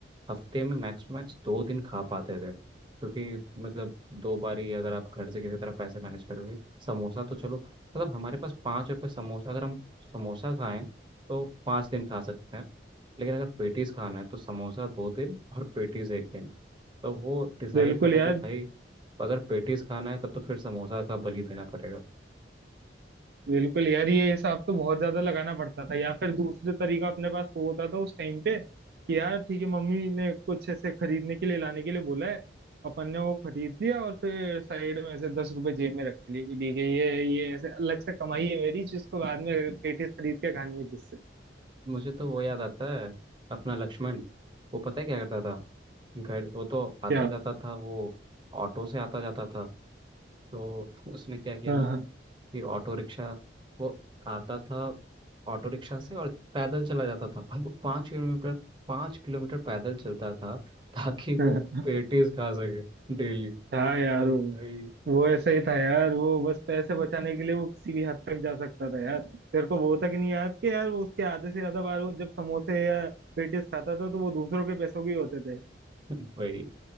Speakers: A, on the right; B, on the right.
A: हफ्ते में मैक्स टू मैक्स दो दिन खा पाते थे क्योंकि मतलब दो बारी अगर आप घर से किसी तरह पैसे मैनेज करोगे समोसा तो चलो मतलब हमारे पास पाँच रुपये समोसा अगर हम समोसा खाएं तो पाँच दिन खा सकते हैं लेकिन अगर पेटीज खाना है तो समोसा दो दिन और पेटीज एक दिन तो वो डिसाइड
B: बिल्कुल
A: करना
B: यार
A: है कि भाई अगर पेटीज खाना है तब तो फिर समोसा का बलि देना पड़ेगा
B: बिल्कुल यार ये हिसाब तो बहुत ज्यादा लगाना पड़ता था या फिर दूसरे तरीका अपने पास वो होता था उस टाइम पे कि यार ठीक है मम्मी ने कुछ ऐसे खरीदने के लिए लाने के लिए बोला है अपन ने वो खरीद लिया और फिर साइड में ऐसे दस रुपए जेब में रख लिए कि ठीक है ये ये ऐसे अलग से कमाई है मेरी जिसको बाद में पेटीज खरीद के खानी है जिससे
A: मुझे तो वो याद आता है अपना लक्ष्मण वो पता है क्या करता था घर वो तो आता
B: क्या
A: जाता था वो ऑटो से आता जाता था तो उसने क्या किया
B: हाँ
A: था कि ऑटो रिक्शा वो आता था ऑटो रिक्शा से और पैदल चला जाता था भाई वो पाँच किलोमीटर पाँच किलोमीटर पैदल चलता था ताकि वो
B: हाँ
A: पेटीज खा सके डेली
B: हाँ
A: मतलब
B: यार वो
A: भाई
B: वो ऐसा ही था यार वो बस पैसे बचाने के लिए वो किसी भी हद तक जा सकता था यार तेरे को वो तक नहीं याद कि यार वो उसके आधे से ज्यादा बार वो जब समोसे या पेटीज खाता था तो वो दूसरों के पैसों के ही होते थे
A: <laughs> भाई